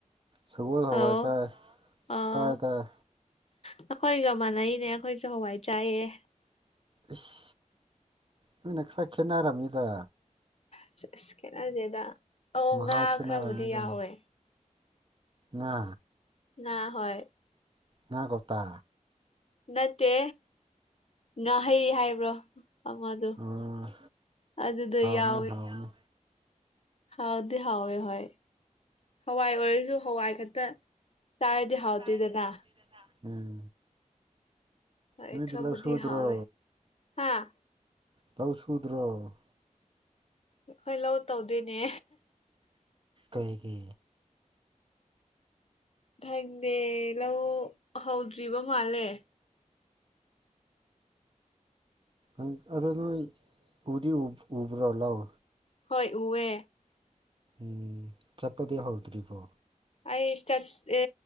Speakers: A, on the right (about 40°); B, on the left (about 50°).
A: ꯁꯒꯣꯜ ꯍꯋꯥꯏ
B: ꯑꯥꯎ
A: ꯆꯥꯏ
B: ꯑꯥꯎ
A: ꯇꯥꯔꯦ ꯇꯥꯔꯦ
B: ꯑꯩꯈꯣꯏꯒ ꯃꯥꯟꯅꯩꯅꯦ ꯑꯩꯈꯣꯏꯁꯨ ꯍꯋꯥꯏ ꯆꯥꯏꯌꯦ
A: ꯏꯁ ꯅꯣꯏꯅ ꯈꯔ ꯈꯦꯠꯅꯔꯝꯅꯤꯗ
B: ꯑꯁ ꯑꯁ ꯈꯦꯠꯅꯗꯦꯗ ꯑꯣ
A: ꯃꯍꯥꯎ
B: ꯉꯥ
A: ꯈꯦꯠꯅꯔꯅꯤꯗ
B: ꯈꯔꯕꯨꯗꯤ ꯌꯥꯎꯋꯦ
A: ꯉꯥ
B: ꯅ ꯍꯣꯏ
A: ꯉꯥ ꯀꯧꯇꯥ
B: ꯅꯠꯇꯦ ꯉꯥꯍꯩ ꯍꯥꯏꯕ꯭ꯔꯣ ꯑꯃꯗꯣ
A: ꯑꯣ
B: ꯑꯗꯨꯗꯣ
A: ꯍꯥꯎꯕꯅꯤ
B: ꯌꯥꯎꯏ
A: ꯍꯥꯎꯕꯅꯤ
B: ꯍꯥꯎꯗꯤ ꯍꯥꯎꯋꯦ ꯍꯣꯏ ꯍꯋꯥꯏ ꯑꯣꯏꯔꯁꯨ ꯍꯋꯥꯏ ꯈꯛꯇ ꯆꯥꯔꯗꯤ ꯍꯥꯎꯇꯦꯗꯅ
A: ꯆꯥꯔꯗꯤ ꯍꯥꯎꯇꯦꯗꯅ ꯎꯝ
B: ꯍꯣꯏ
A: ꯅꯣꯏꯗꯤ
B: ꯈꯔꯕꯨꯗꯤ
A: ꯂꯧ ꯁꯨꯗ꯭ꯔꯣ
B: ꯍꯥꯎꯋꯦ ꯍꯥꯥ
A: ꯂꯧ ꯁꯨꯗ꯭ꯔꯣ
B: ꯑꯈꯣꯏ ꯂꯧ ꯇꯧꯗꯦꯅꯦ
A: ꯀꯩꯒꯤ
B: ꯈꯪꯗꯦ ꯂꯧ ꯍꯧꯗ꯭ꯔꯤꯕ ꯃꯥꯜꯂꯦ
A: ꯎꯝ ꯑꯗꯨ ꯅꯣꯏ ꯎꯗꯤ ꯎ ꯎꯕ꯭ꯔꯣ ꯂꯧ
B: ꯍꯣꯏ ꯎꯋꯦ
A: ꯎꯝ ꯆꯠꯄꯗꯤ ꯍꯧꯗ꯭ꯔꯤꯕꯣ
B: ꯑꯩ ꯆꯠꯑꯦ